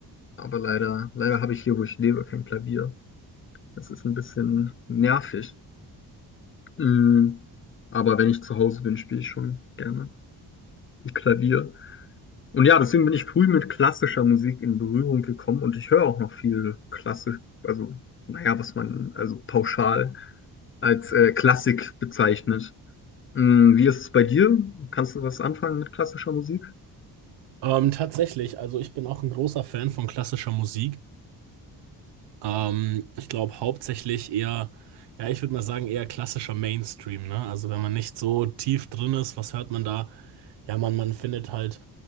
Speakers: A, on the left (about 30°); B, on the right (about 80°).
A: Aber leider, leider habe ich hier, wo ich lebe, kein Klavier. Das ist ein bisschen nervig. Mm, Aber wenn ich zu Hause bin, spiele ich schon gerne Klavier. Und ja, deswegen bin ich früh mit klassischer Musik in Berührung gekommen und ich höre auch noch viel klassisch, also naja, was man also pauschal als äh, Klassik bezeichnet. Mm, Wie ist es bei dir? Kannst du was anfangen mit klassischer Musik?
B: Ähm, tatsächlich, also ich bin auch ein großer Fan von klassischer Musik. Ähm, ich glaube hauptsächlich eher, ja, ich würde mal sagen, eher klassischer Mainstream, ne? Also wenn man nicht so tief drin ist, was hört man da? Ja, man, man findet halt